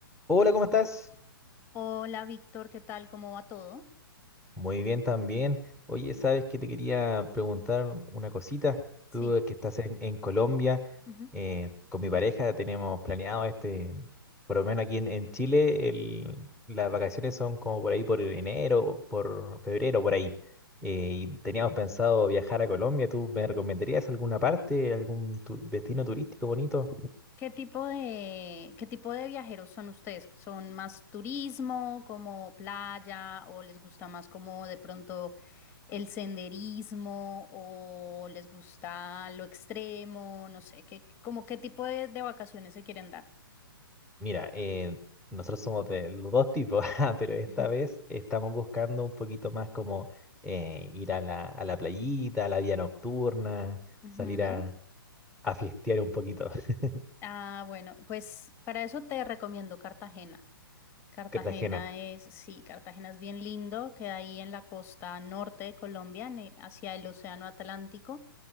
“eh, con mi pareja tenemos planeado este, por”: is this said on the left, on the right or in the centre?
Centre